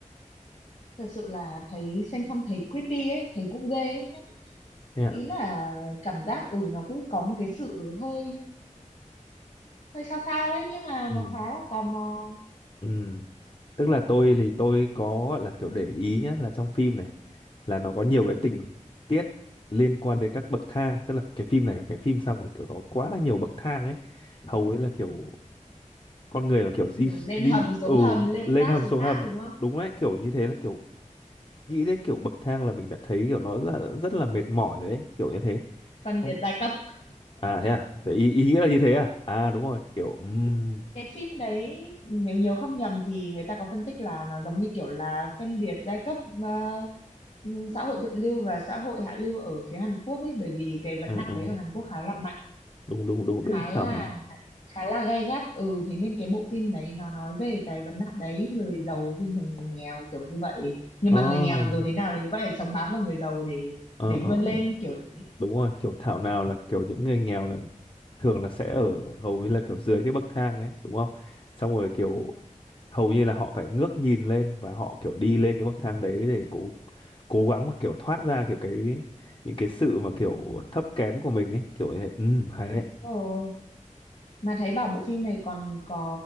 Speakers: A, on the left; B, on the left.
A: thật sự là thấy xem xong thấy creepy ấy, thấy cũng ghê ấy. Nhất-
B: thế à
A: Ý là cảm giác ừ nó cứ có một cái sự hơi hơi sao sao ấy nhưng mà
B: Ừ.
A: nó khá là tò mò.
B: ừ. tức là tôi thì tôi có gọi là kiểu để ý nhá là trong phim này là nó có nhiều cái tình tiết liên quan đến các bậc thang tức là cái phim này là cái phim sao mà kiểu nó quá là nhiều bậc thang ấy hầu ấy là kiểu con người là kiểu di
A: kiểu lên
B: di
A: hầm xuống
B: ừ,
A: hầm lên
B: lên
A: gác
B: hầm
A: xuống
B: xuống
A: gác
B: hầm
A: đúng không
B: đúng đấy kiểu như thế là kiểu nghĩ đến kiểu bậc thang là mình đã thấy kiểu nó rất là, rất là mệt mỏi rồi đấy kiểu như thế
A: phân
B: không
A: biệt giai cấp
B: à thế à thế ý, ý nghĩa là như thế à à đúng rồi kiểu ừm,
A: cái phim đấy nếu nhớ không nhầm thì người ta có phân tích là nó giống như kiểu là phân biệt giai cấp ờ, xã hội thượng lưu và xã hội hạ lưu ở phía Hàn Quốc ấy bởi vì cái vấn
B: ừ,
A: nạn
B: ừ,
A: đấy ở Hàn Quốc khá là mạnh
B: đúng đúng đúng
A: khá
B: đúng thảo
A: là
B: nào
A: khá là gay gắt ừ thế nên cái bộ phim đấy nó nói về cái vấn nạn đấy người giàu khi thường người nghèo kiểu như vậy nhưng
B: ờ
A: mà người nghèo rồi thế nào thì cũng phải sống bám vào người giàu để
B: ờ
A: để
B: ờ
A: vươn
B: ờ,
A: lên kiểu thế
B: đúng rồi kiểu thảo nào là kiểu những người nghèo là thường là sẽ ở hầu như là kiểu dưới cái bậc thang ấy đúng không xong rồi kiểu hầu như là họ phải ngước nhìn lên và họ kiểu đi lên cái bậc thang đấy để cố cố gắng mà kiểu thoát ra kiểu cái những cái sự mà kiểu thấp kém của mình ấy kiểu như thế ừ hay
A: Đúng
B: đấy
A: rồi mà thấy bảo bộ phim này còn có